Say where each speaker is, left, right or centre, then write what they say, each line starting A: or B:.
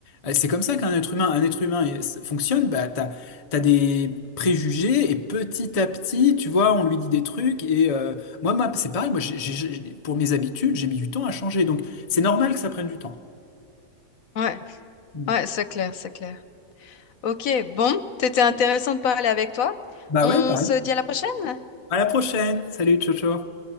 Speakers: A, on the left; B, on the left.
A: Euh, C'est comme ça qu'un être humain, un être humain euh, fonctionne. Bah, t'as, t'as des préjugés et petit à petit, tu vois, on lui dit des trucs. Et euh, moi, ma- c'est pareil. Moi, j'ai- j'ai- j'ai- pour mes habitudes, j'ai mis du temps à changer. Donc, c'est normal que ça prenne du temps.
B: ouais,
A: Hmm.
B: ouais, c'est clair, c'est clair. Ok, bon, c'était intéressant de parler avec toi.
A: Bah
B: On
A: ouais, pareil.
B: se dit à la prochaine.
A: À la prochaine. Salut, ciao, ciao.